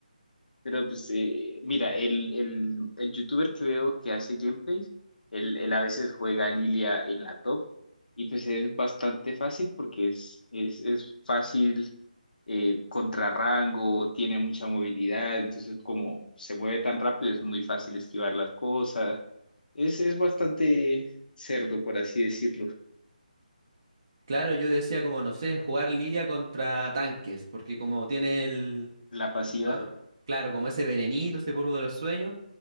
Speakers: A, on the left; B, on the right.
A: Pero pues, eh, mira, el, el, el youtuber que veo que hace gameplays, él, él a veces juega Lilia en la top y pues es bastante fácil porque es, es, es fácil eh, contra rango, tiene mucha movilidad, entonces como se mueve tan rápido es muy fácil esquivar las cosas. Es, es bastante cerdo, por así decirlo.
B: Claro, yo decía como, no sé, jugar Lilia contra tanques, porque como tiene el...
A: La pasiva.
B: como, claro, como ese venenito, ese polvo de los sueños.